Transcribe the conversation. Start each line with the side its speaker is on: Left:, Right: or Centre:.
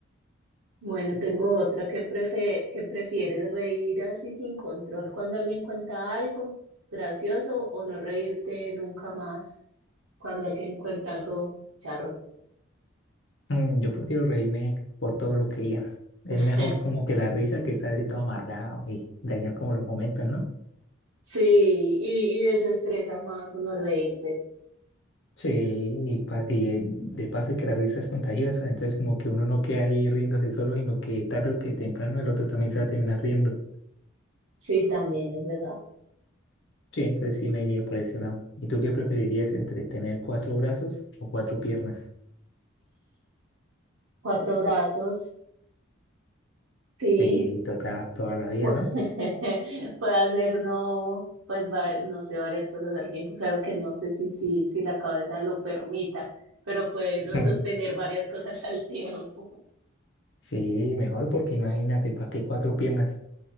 Right: Bueno, tengo otra que prefe- que prefieres reír así sin control cuando alguien cuenta algo gracioso o no reírte nunca más cuando alguien cuenta algo charro.
Left: mm, yo prefiero reírme por todo lo que digan. Es
Right: <laughs>
Left: mejor como que la risa que estar así todo amargado y dañar como los momentos, ¿no?
Right: Sí, y, y desestresa más uno reírse.
Left: Sí, y, pa- y de, de paso que la risa es contagiosa, entonces como que uno no queda ahí riéndose solo, sino que tarde o que temprano el otro también se va a terminar riendo.
Right: Sí, también es verdad.
Left: Sí, entonces sí me iría por ese lado. ¿Y tú qué preferirías entre tener cuatro brazos o cuatro piernas?
Right: Cuatro brazos, sí.
Left: Sí, toda, toda la vida,
Right: Pues,
Left: ¿no?
Right: <laughs> puede hacer uno, pues, va- no sé, varias cosas al tiempo. Claro que no sé si, si, si la cabeza lo permita, pero puede uno
Left: <laughs>
Right: sostener varias cosas al tiempo.
Left: Sí, mejor porque imagínate, ¿para qué cuatro piernas?